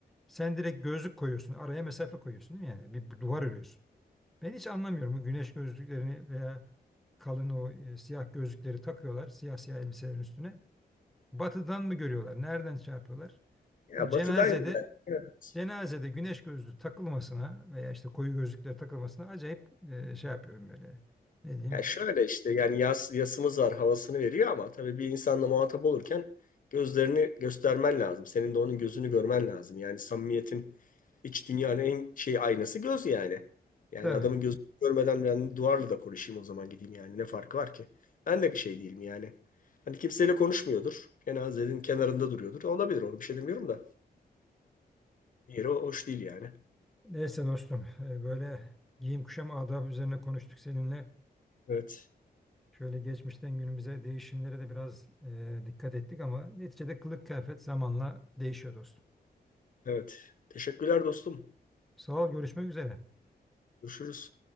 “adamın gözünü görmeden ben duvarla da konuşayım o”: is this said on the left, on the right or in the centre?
Left